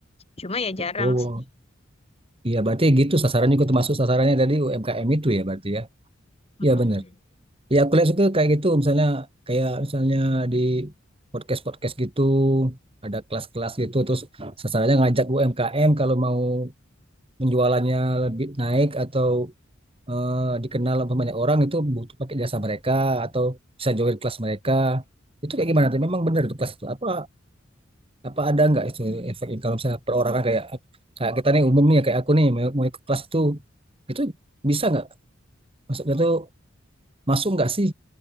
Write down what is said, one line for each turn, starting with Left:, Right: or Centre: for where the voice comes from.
Left: Cuma ya jarang
Right: Oh,
Left: sih.
Right: Iya, berarti gitu sasarannya juga termasuk sasarannya tadi UMKM itu ya berarti ya.
Left: Mm-mm.
Right: Iya benar. Ya aku lihat suka kayak gitu misalnya kayak misalnya di podcast-podcast gitu ada kelas-kelas gitu terus sasarannya ngajak UMKM kalau mau penjualannya lebih naik atau eh, dikenal sama banyak orang itu butuh pakai jasa mereka atau bisa join kelas mereka. Itu kayak gimana tuh? Memang benar itu kelas itu apa apa ada nggak itu efek kalau misalnya perorangan kayak kayak kita nih umum nih ya, kayak aku nih mau, mau ikut kelas itu itu bisa nggak maksudnya tuh masuk nggak sih